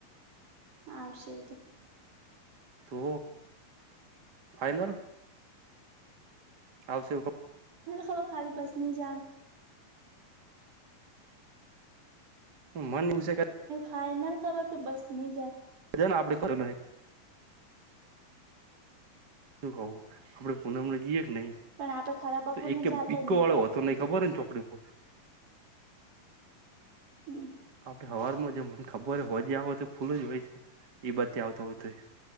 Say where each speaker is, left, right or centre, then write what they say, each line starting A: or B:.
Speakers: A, on the right (about 60°); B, on the right (about 35°).
A: આવશે એતો
B: તો ફાઈનલ આવશે એવુ ખબર
A: તો ખાલી બસની જાય
B: હમ્મ મન એવું સે કે
A: ફાાઈનલ ખબર કે બસ નહી જા
B: હજાને આપડે ફરને આયે શું કહવું આપડે પૂનમને જઈએે કે નહી
A: પણ આપડે ખરા બપોરને
B: એક કે
A: જાતા
B: બીકો
A: જ નહી
B: વાળો
A: પેલા
B: હતો
A: વાત
B: નહી ખબર ને ચોકડી <inaudible>
A: હમ
B: આપડે હવારમાં જ મને ખબર હોય હો જે આવ તો ફૂલ જ હોય છે એ બાજતે આવતો હોય તો